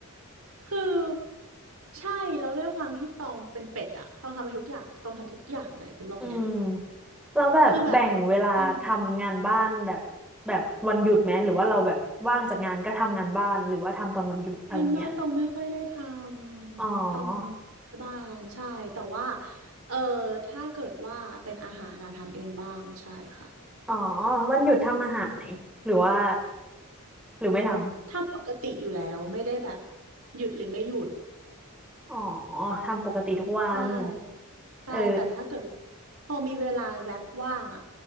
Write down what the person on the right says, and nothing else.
คือใช่แล้วด้วยความที่ตองเป็นเป็ดอะต้องทำไปทุกอย่างต้องทำทุกอย่างเลยอะบนโลกเนี้ย
คือแบบอืม งานบ้านตรงไม่ค่อยได้ทำตรง
บ้านใช่แต่ว่าเออถ้าเกิดว่าเป็นอาหารนะทำเองบ้างใช่ค่ะ
ทำปกติอยู่แล้วไม่ได้แบบหยุดหรือไม่หยุด
ใช่ใช่แต่ถ้าเกิดว่า
พอมีเวลาแวบว่างอ่ะ